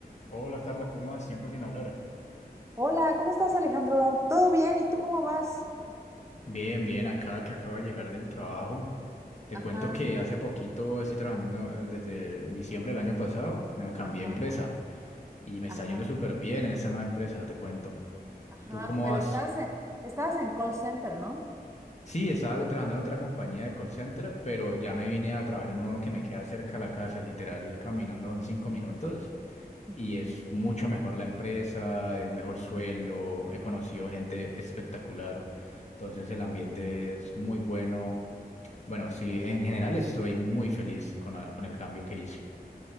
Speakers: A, on the left; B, on the right.
A: Hola Carla, ¿cómo vas? Tiempo sin hablar.
B: Hola, ¿cómo estás, Alejandro? ¿Todo bien? ¿Y tú cómo vas?
A: Bien, bien, acá que acabo de llegar del trabajo. Te
B: Ajá,
A: cuento que hace poquito estoy trabajando eh, desde diciembre del año pasado, me cambié
B: ajá,
A: de empresa y me está
B: ajá,
A: yendo súper bien en esa nueva empresa, te cuento.
B: ajá,
A: ¿Tú cómo
B: pero
A: vas?
B: estabas en, estabas en call center, ¿no?
A: Sí, estaba trabajando en otra compañía de call center, pero ya me vine a trabajar en uno que me queda cerca de la casa, literal, caminando son cinco minutos
B: Ujú,
A: y es mucho mejor la empresa, es mejor sueldo, he conocido gente espectacular, entonces el
B: ujú.
A: ambiente es muy bueno. Bueno, sí, en general estoy muy feliz con, la- con el cambio que hice.